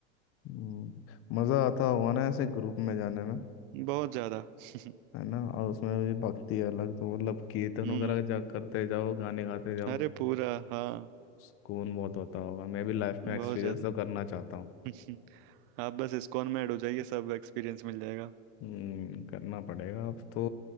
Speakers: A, on the left; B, on the right.
A: हम्म, मज़ा आता हुआ ना ऐसे ग्रुप में जाने में
B: बहुत ज्यादा <laughs>
A: है ना और उसमें भी भक्ति अलग तो मतलब कीर्तन
B: हम्म
A: वगैरह जा करते जाओ गाने गाते जाओ
B: अरे पूरा हाँ
A: सुकून बहुत होता होगा मैं भी लाइफ
B: बहुत
A: में एक्सपीरियंस
B: ज्यादा
A: तो करना चाहता हूँ
B: <laughs> आप बस इस्कॉन में ऐड हो जाइए सब एक्सपीरियंस मिल जाएगा
A: हम्म करना पड़ेगा अब तो